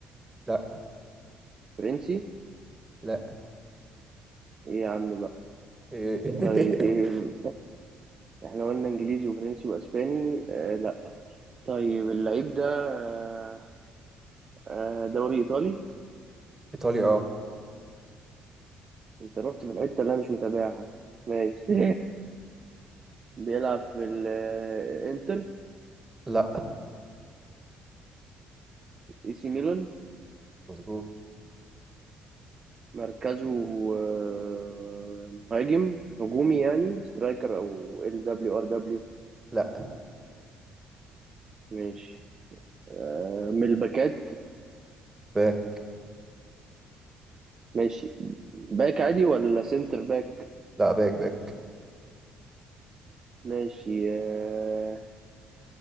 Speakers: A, on the right (about 20°); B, on the right (about 40°).
A: لا
B: فرنسي
A: لا
B: إيه يا عم بقى
A: إيه. <laughs>
B: طيب إيه، احنا قلنا انجليزي وفرنسي واسباني آه لا طيب اللعيب ده آه، آه، دوري ايطالي
A: ايطالي اه
B: انت رحت في الحته اللي انا مش متابعها ماشي <laughs> بيلعب في الانتر
A: لا
B: اي سي ميلان
A: مظبوط
B: مركزه آه، مهاجم هجومي يعني سترايكر او ال دبليو ار دبليو
A: لا
B: ماشي آه، من الباكات
A: باك
B: ماشي باك عادي ولا سنتر باك
A: لا باك باك
B: ماشي آه،